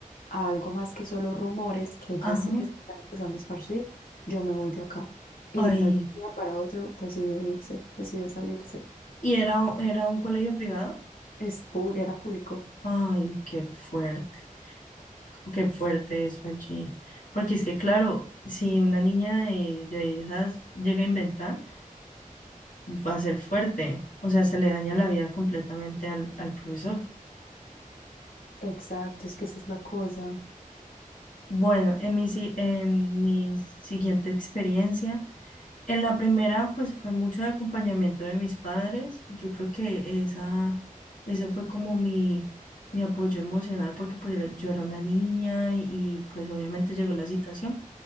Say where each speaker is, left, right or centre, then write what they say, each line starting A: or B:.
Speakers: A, on the left; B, on the left.
A: a algo más que solo rumores, que
B: Ajá.
A: ya sé que se están empezando a esparcir, yo me voy de acá. Y
B: Ay.
A: literal, de un día para otro decidió irse, decidió salirse.
B: ¿Y era, era un colegio privado?
A: Es público, era público.
B: Ay, qué fuerte, como qué fuerte eso allí. Porque es que, claro, si una niña de, de esas llega a inventar, va a ser fuerte. O sea, se le daña la vida completamente al, al profesor.
A: Exacto, es que esa es la cosa.
B: Bueno, en mi, si- en mi siguiente experiencia, en la primera, pues fue mucho de acompañamiento de mis padres. Yo creo que esa, ese fue como mi, mi apoyo emocional, porque pues yo era una niña y y, pues obviamente llegó la situación.